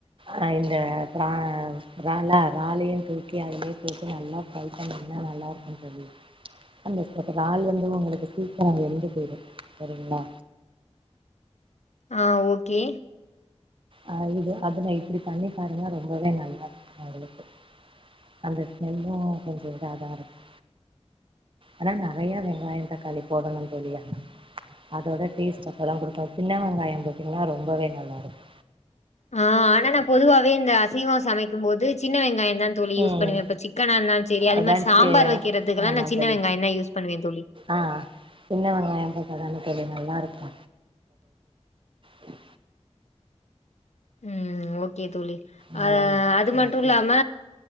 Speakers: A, on the right; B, on the left.
A: அஹ் இந்த ப்ரா றால றாலையு தூக்கி அதுலயே போட்டு நல்லா ஃப்ரை பண்ணின்னா நல்லா இருக்கு தோழி அந்த றாலு வந்து உங்களுக்கு சீக்கிரம் வெந்து போயிடு சரிங்களா
B: ஆஹ் ஓகே
A: ஆஹ் இது அது நா இப்டி பண்ணி பாருங்க ரொம்பவே நல்லா இருக்கு உங்களுக்கு அந்த ஸ்மெல்லு கொஞ்சம் இதாதா இருக் அதான் நிறைய வெங்காயம் தக்காளி போடணு தோழி அதோட டேஸ்ட் அப்பதா கொடுக்கும் சின்ன வெங்காயம் போட்டிங்கன்னா ரொம்பவே நல்லா இருக்கு
B: ஆஹ் ஆனா நா பொதுவாவே இந்த அசைவம் சமைக்கும் போது சின்ன வெங்காயம் இதா தோழி யூஸ்
A: ம்
B: பண்ணுவே இப்ப சிக்கனா இருந்தாலு சரி அது
A: அதா
B: மாரி சாம்பார்
A: தே
B: வைக்கிறதுக்குல்லா
A: ஆமா
B: நா சின்ன
A: தோழி
B: வெங்காயந்தா யூஸ் பண்ணுவே தோழி
A: ஆ சின்ன வெங்காயம் <unintelligible> நல்லாருக்கு <unintelligible>
B: ம் ஓகே தோழி
A: ம்
B: அஹ் அது மட்டும்
A: ஓகே
B: இல்லாம